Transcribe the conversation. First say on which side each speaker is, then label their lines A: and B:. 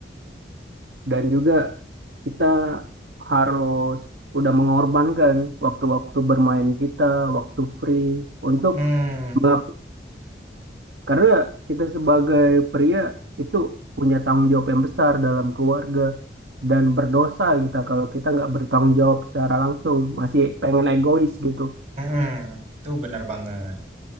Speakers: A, on the right (about 75°); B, on the right (about 45°).
A: dan juga kita harus udah mengorbankan waktu-waktu bermain kita, waktu free untuk
B: Hmm,
A: mengap- karena kita sebagai pria itu punya tanggung jawab yang besar dalam keluarga dan berdosa kita kalau kita nggak bertanggung jawab secara langsung, masih pengen egois gitu.
B: hmm, itu bener banget.